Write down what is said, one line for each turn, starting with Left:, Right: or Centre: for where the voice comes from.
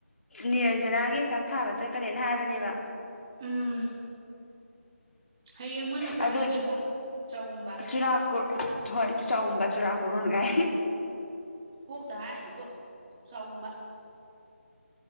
Left: ꯅꯤꯔꯟꯖꯅꯥꯒꯤ ꯑꯦꯛꯖꯥꯝ ꯊꯥꯕ ꯆꯠꯀꯅꯦꯅ ꯍꯥꯏꯕꯅꯦꯕ
Right: ꯎꯝ ꯍꯌꯦꯡ ꯃꯣꯏ ꯃꯆꯥꯒꯤ
Left: ꯑꯗꯨ
Right: ꯀꯩꯅꯣ ꯆꯎꯝꯕ
Left: ꯆꯨꯔꯥꯀꯨꯔ ꯍꯣꯏ ꯇ ꯆ ꯑꯎꯕꯥꯁꯨ ꯔꯈꯔꯣꯅ ꯀꯥꯏ
Right: ꯀꯣꯛꯇ ꯉꯥꯏꯔꯗꯨꯕꯣ ꯆꯥꯎꯝꯕ